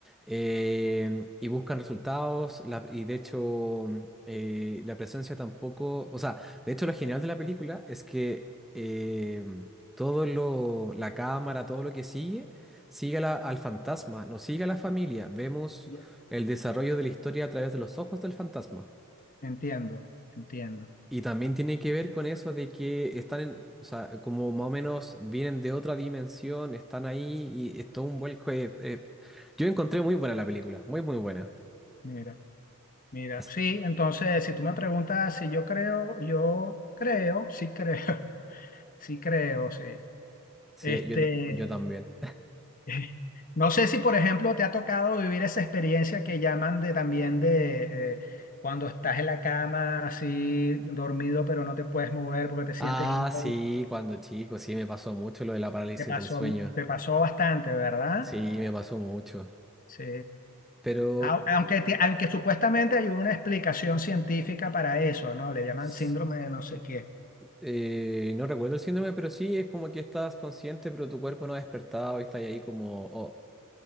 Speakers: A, in the centre; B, on the left (about 40°).
A: eh, y buscan resultados la- y de hecho eh, la presencia tampoco, o sea, de hecho lo genial de la película es que eh, todo lo, la cámara, todo lo que sigue, sigue a la- al fantasma, no sigue a la familia, vemos
B: Ya,
A: el desarrollo de la historia a través de los ojos del fantasma.
B: Entiendo, entiendo.
A: Y también tiene que ver con eso de que están en, o sea, como más o menos vienen de otra dimensión, están ahí y es todo un vuelco. eh, eh, Yo encontré muy buena la película, muy, muy buena.
B: Mira, mira.
A: As-
B: Sí, entonces, si tú me preguntas si yo creo, yo creo, sí creo, <laughs> sí creo, sí.
A: Sí,
B: Este,
A: yo, ta- yo también.
B: <laughs> No sé si, por ejemplo, te ha tocado vivir esa experiencia que llaman de también de eh, cuando estás en la cama así dormido, pero no te puedes mover porque te
A: Ah,
B: sientes inmóvil.
A: sí, cuando chico, sí, me pasó mucho lo de la parálisis
B: Te pasó,
A: del sueño.
B: te pasó bastante, ¿verdad?
A: Sí, me pasó mucho.
B: Sí.
A: Pero
B: Au- Aunque, ti- aunque supuestamente hay una explicación científica para eso, ¿no? Le llaman
A: s-
B: síndrome de no sé qué.
A: eh, no recuerdo el síndrome, pero sí es como que estás consciente, pero tu cuerpo no ha despertado y estás ahí como, oh,